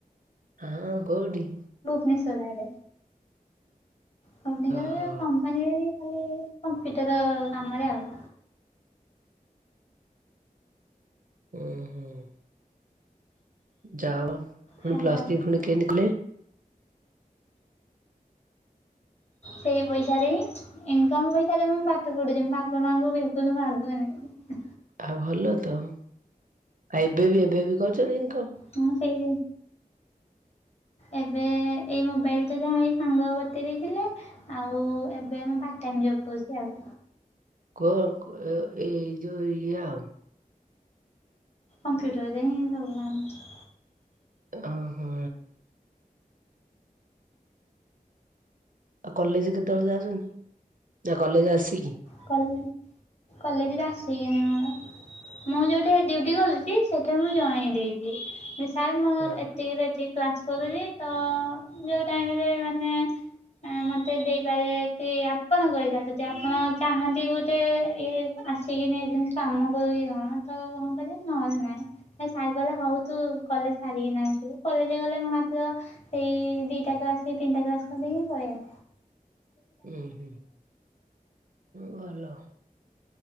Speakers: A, on the right; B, on the left.
A: ହଁ କଉଠି?
B: ନିସଢାରେ <unintelligible>
A: ଓହୋ
B: କମ୍ପାନୀରେ ବି ଖାଲି କମ୍ପ୍ୟୁଟର କାମରେ ଆଉ।
A: ହୁଁ ହୁଁ। ଯାଆ ହଉ ଫୁଣି
B: ହ୍ୟାଲୋ।
A: ପ୍ଲସ ଥ୍ରୀ ପୁଣି କେମିତି କଲେ?
B: ସେଇ ପଇସାରେ ହିଁ ଇନକମ ପଇସାରେ ମୁଁ ପାଠ ପଢୁଛି ବାପା ମାଙ୍କୁ ବିଲକୁଲ ମାଗୁନି।
A: ଆଉ ଭଲତ ଆଉ ଏବେବି ଏବେବି କରୁଛନ୍ତି ଇନକମ?
B: ହଁ ସେଇରେ ଏବେ ଏଇ ମୋବାଇଲ ଟା ଯାହା ଏଇ ସାଙ୍ଗ ବତେଇ ଦେଇଥିଲେ ଆଉ ଏବେ ମୁଁ ପା ପାଟଟାଇମ ଜବ କରୁଛି ଆଉ।
A: କଉ କୋ ଏଇ ଯଉ ଇଏ
B: କମ୍ପ୍ୟୁଟରରେ ହିଁ ସବୁ କାମ।
A: ଓ ହଁ। ଆଉ କଲେଜ କେତେବେଳେ ଯାଉଛନ୍ତି ନା କଲେଜ ଆସିକି?
B: କଲେଜ କଲେଜରୁ ଆସିକିନାମ। ମୁଁ ଯୋଉଠି ଡିଉଟି କରୁଛି ସେଇଠି ମୁଁ ଜଣେଇ ଦେଇଛି। ସାର୍ ମୁଁ
A: ହଁ
B: ଏତିକିରୁ ଏତିକି କ୍ଲାସ୍ କରୁଛି ତ ଯୋଉଁ ଟାଇମରେ ମାନେ ମତେ ଦେଇପାରିବେ କି? ଆପଣଙ୍କ ଇଛା ଜଦି ଆପଣ ଚାହାନ୍ତି ଗୋଟେ ଇଏ ଆସିକିନି ଯେ କାମ କରୁଛି କଣ ତ ହଁ କରିବେ ନହେଲେ ନାହିଁ। ହେ ସାର୍ କହିଲା ହଉ ତୁ କଲେଜ ସାରିକିନା ଆସିବୁ କଲେଜ ଗଲେ ମ ମାର୍କ ସେଇ ଦିଟା କ୍ଲାସ କି ତିନିଟା କ୍ଲାସ କରିଦେଇକି ପଳେଇବା।
A: ହୁଁ ହୁଁ, ଭଲ।